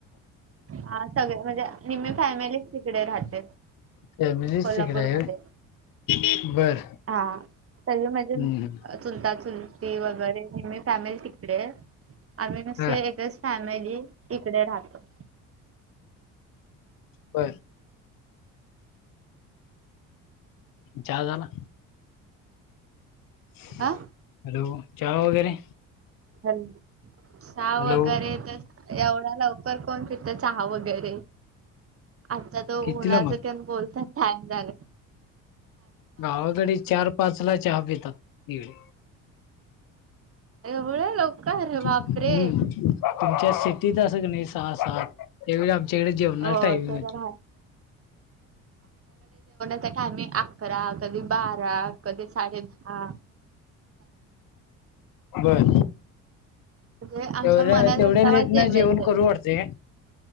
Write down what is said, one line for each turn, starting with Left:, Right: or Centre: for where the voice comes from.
Right: हा सगळे म्हणजे निम्मी फॅमिली तिकडे राहत.
Left: फॅमिलीच
Right: कोल्हापूरमध्ये.
Left: तिकडे आहे होय. बर
Right: हा सगळे म्हणजे
Left: हम्म
Right: चुलता चुल ती वगैरेह ममी फॅमिली तिकडे, आम्ही नसे
Left: हा
Right: एकच फॅमिली इकडे राहतो.
Left: बर. चहा झाला. हॅलो,
Right: अ
Left: चहा वगैरे!
Right: ह साव
Left: हॅलो
Right: वगैरे तर एवढा लवकर कोण पित चहा वगैरे. आता तो
Left: कितीला
Right: उन्हाच
Left: मग
Right: तेण बोलताात टाईम झाले.
Left: गावाकडे चार पाच ला चहा पितात निडे
Right: एवढं लवकर बापरे
Left: हम्म तुमच्या सिटीत असं क नाही सहा सात त्यावेळी आमच्याकडे जेवणार
Right: हो
Left: टायमिंग
Right: ते तर आहे. त्या टायम अकरा कधी बारा कधी साडे दहा
Left: बर
Right: म्हणजे आमच्या
Left: तेवढ
Right: मनात
Left: तेवढ्या
Right: असावा
Left: लेट नाही
Right: जेवायचंय
Left: जेवण करू वाटते.